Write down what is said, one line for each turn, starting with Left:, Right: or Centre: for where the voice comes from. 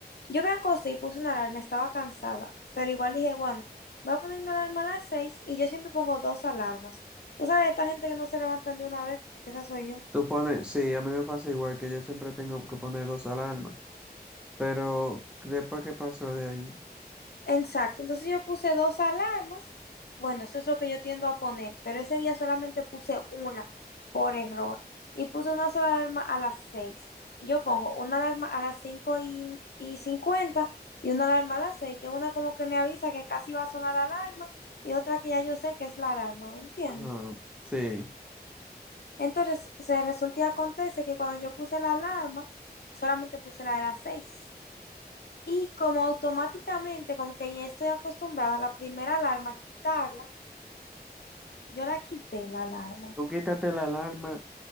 Left: Yo me acosté y puse una alarma, estaba cansada, pero igual dije, bueno, voy a poner mi alarma a las seis y yo siempre pongo dos alarmas. Tú sabes, esta gente que no se levantan de una vez, que esa soy yo.
Centre: Tú pones, sí, a mí me pasa igual que yo siempre tengo que poner dos alarmas, pero después que pasó de ahí,
Left: Exacto, entonces yo puse dos alarmas. Bueno, eso es lo que yo tiendo a poner, pero ese día solamente puse una por error y puse una sola alarma a las 6. Yo pongo una alarma a las 5 y, y 50 y una alarma a las seis que una como que me avisa que casi va a sonar la alarma y otra que ya yo sé que es la alarma, ¿me entiendes?
Centre: ajá, sí.
Left: Entonces, se resulta y acontece que cuando yo puse la alarma, solamente puse la de las 6. Y como automáticamente, como que ya estoy acostumbrada a la primera alarma, quitarla, yo la quité la alarma.
Centre: Tú quítate la alarma,